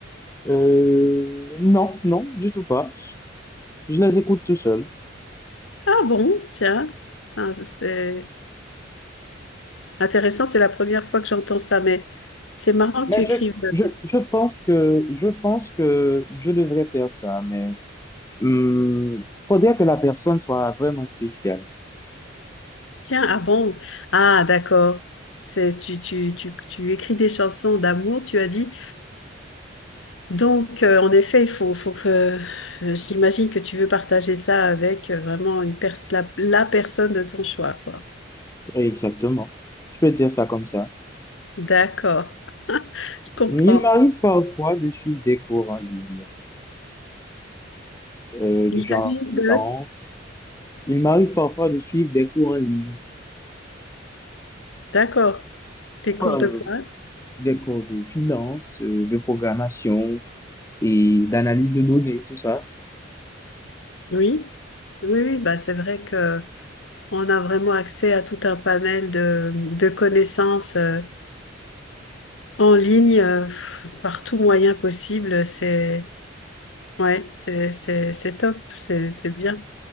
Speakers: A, on the left; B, on the left.
A: Euh, non, non, du tout pas. Je les écoute tout seul.
B: Ah bon? Tiens, ça, c'est intéressant, c'est la première fois que j'entends ça, mais c'est marrant que
A: Mais
B: tu écrives.
A: je,
B: euh,
A: je,
B: des-
A: je pense que, je pense que je devrais faire ça, mais il faudrait que la personne soit vraiment spéciale.
B: Tiens, ah bon? Ah d'accord. C'est, tu, tu, tu, tu écris des chansons d'amour, tu as dit. Donc, euh, en effet, il faut, faut que, euh, j'imagine que tu veux partager ça avec euh, vraiment une pers- la, la personne de ton choix, quoi.
A: Exactement. Je peux dire ça comme ça.
B: D'accord. Je comprends.
A: Mais il m'arrive parfois de suivre des cours en ligne, euh,
B: Il
A: du genre
B: t'arrive
A: finance.
B: de...
A: Il m'arrive parfois de suivre des cours en ligne,
B: D'accord. Des cours
A: euh,
B: de quoi?
A: des cours de finance, euh, de programmation et d'analyse de données, tout ça.
B: Oui. Oui, oui, bah c'est vrai que on a vraiment accès à tout un panel de, de connaissances euh, en ligne euh, pff, par tout moyen possible. C'est ouais, c'est c'est c'est top, c'est c'est bien.